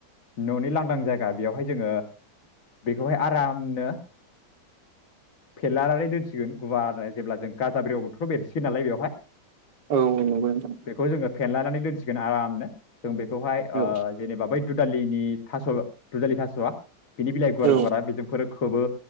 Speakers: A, on the left; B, on the right.
A: न'नि लांदां जायगा बेवहाय जोङो बेखौहाय आरामनो फेनलानानै दोनसिगोन गुवार जेब्ला जों गाजाबव बोथोराव बेरसै नालाय बेवहाय
B: औ औ नंगौ नोंथां
A: बेखौ जोङो फेनलानानै दोनसिगोन आरामनो जों बे बेखौहाय
B: औ
A: जेनेबा बै दुदालिनि थास दुदालि थास'आ बिनि बिलाइ गुवार
B: औ
A: गुवारा बेजोंफोर खोबो